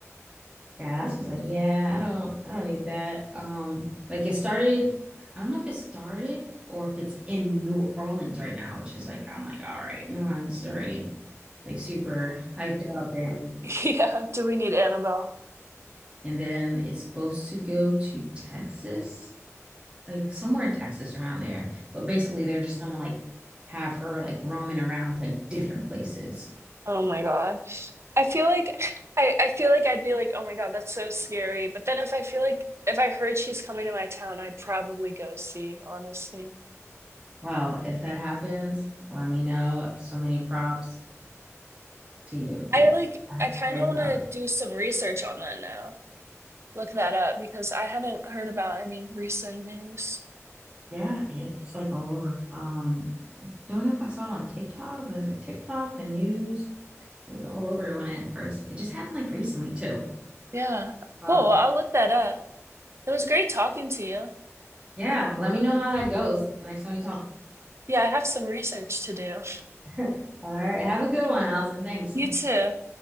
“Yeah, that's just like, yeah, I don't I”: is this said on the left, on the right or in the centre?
Right